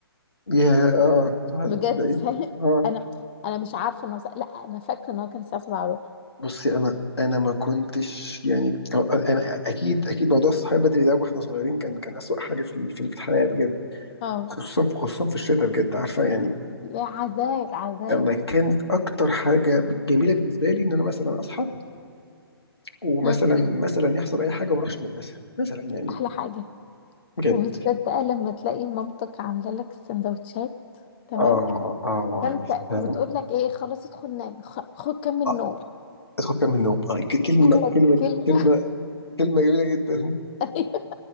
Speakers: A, on the left; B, on the left.
A: يا اه فعلا
B: بجد
A: تصدقي
B: <laughs> فاهم
A: اه
B: انا انا مش عارفه انه لا انا فاكره ان هو كان الساعه سبعة وربع
A: بصي انا انا ما كنتش يعني آه، انا اكيد اكيد موضوع الصحيان بدري ده واحنا صغيرين كان كان اسوأ حاجه في ال- في ال- في الحياه بجد
B: اه
A: خصوصا خصوصا في الشتاء بجد عارفه يعني
B: يا عذاب عذاب
A: انا كانت اكتر حاجه جميله بالنسبه لي ان انا مثلا اصحى ومثلا
B: مم.
A: مثلا يحصل اي حاجه وما اروحش المدرسه مثلا يعني
B: احلى حاجه
A: بجد
B: وبالذات بقى لما تلاقي مامتك عامله لك السندوتشات تمام
A: اه اه
B: فانت
A: يا سلام
B: وتقول لك ايه خلاص ادخل نام خ- خد كمل
A: آه.
B: نوم
A: ادخل اكمل نوم آه. ك- كلمه
B: ولا
A: كلمه
B: كلمه
A: كلمه كلمه جميله جدا
B: <laughs>